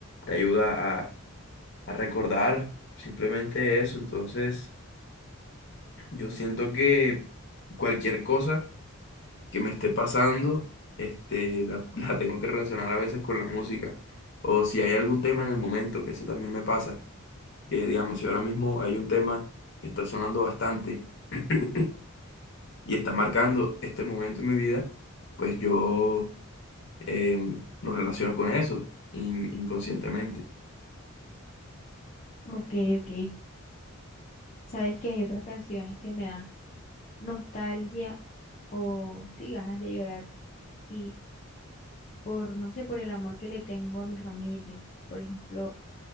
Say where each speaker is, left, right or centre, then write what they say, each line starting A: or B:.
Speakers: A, on the left; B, on the left.
A: te ayuda a a recordar, simplemente eso. Entonces, yo siento que cualquier cosa que me esté pasando, este, la, <laughs> la tengo que relacionar a veces con la música. O si hay algún tema en el momento, que eso también me pasa, que
B: Ujú.
A: digamos, si ahora mismo hay un tema que está sonando bastante <clears throat> y está marcando este momento en mi vida, pues yo em, lo relaciono con eso, in- inconscientemente.
B: ok, ok, sabes que hay otras canciones que me dan nostalgia o sí, ganas de llorar. Y por, no sé, por el amor que le tengo a mi familia. Por ejemplo,